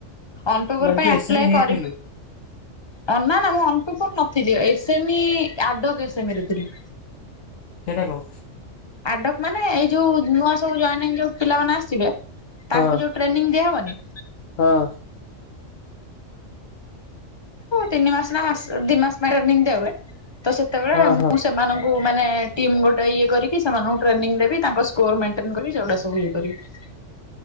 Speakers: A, on the left; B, on the left.
A: ଅନପେପର
B: ମାନେ
A: ପାଇଁ
B: ତୁ ଏସ୍
A: ଆପ୍ଲା
B: ଏମ ହେଇଥିଲୁ
A: କରି ଅ ନା ନା ମୁଁ ଅସ୍ପେ ନଥିଲି ଏସେମି ଆଡ ଡେସେମିରେ ଥିଲି।
B: ସେଇଟା କଣ।
A: ଆଡକ ମାନେ ଏଇ ଯୋଉ ନୂଆ ସବୁ ଜନି ଯୋଉ ପିଲାମାନେ ଆସିବେ
B: ହଁ
A: ତାଙ୍କୁ ଯୋଉ ଟ୍ରେନଙ୍ଗି ଦିଆ ହବନି।
B: ହଁ।
A: ତିନି ମାସ ନା ମାସ ଦି ମାସ ପାଇଁନି ଟ୍ରେନିଙ୍ଗୀ ଦିଅହୁଏ ତ ସେତବେଳେ
B: ହଁ
A: ମୁଁ
B: ହଁ
A: ସେମାନଙ୍କୁ ମାନେ ଟିମ୍ ଗୋଟେ ଇଏ କରିକି ସେମାନଙ୍କୁ ଟ୍ରେନିଙ୍ଗୀ ଦେବି ତାଙ୍କ ସ୍କୋର ମେଣ୍ଟେନ ସେଗୁା ସବୁ ଇଏ କରିବି।